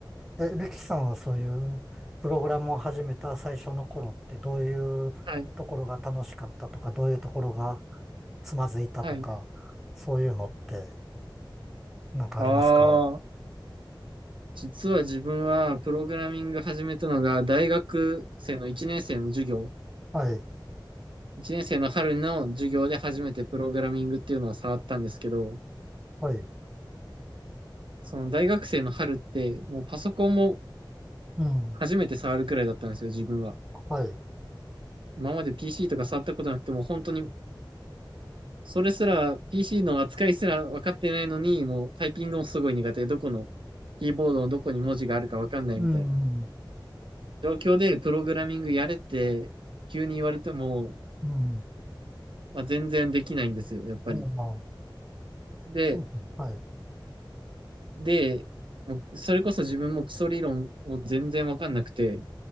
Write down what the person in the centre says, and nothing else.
え、リキさんはそういうプログラムを始めた最初の頃ってどういうところが楽しかったとか、
どういうところがつまずいたとか、
そういうのってなんかありますか
はい、
はい、
うん、
はい、
うん、
うん、
ああ、
そうそう、はい、